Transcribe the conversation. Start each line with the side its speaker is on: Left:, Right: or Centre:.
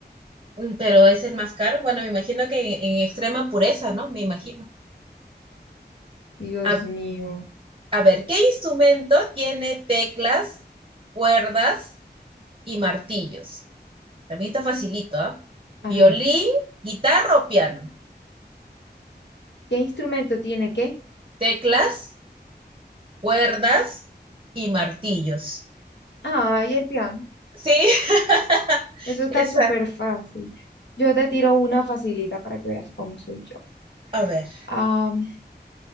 Right: mm, pero es el más caro. Bueno, me imagino que en, en extrema pureza, ¿no? Me imagino.
Left: Dios
Right: A,
Left: mío.
Right: a ver, ¿qué instrumento tiene teclas, cuerdas y martillos? También está facilito, ¿ah?
Left: Ajá.
Right: Violín, guitarra o piano.
Left: ¿Qué instrumento tiene qué?
Right: Teclas, cuerdas y martillos.
Left: Ay, el piano.
Right: Sí, <laughs>
Left: Eso está
Right: esa.
Left: súper fácil. Yo te tiro una facilita para que veas cómo soy yo.
Right: A ver,
Left: Am,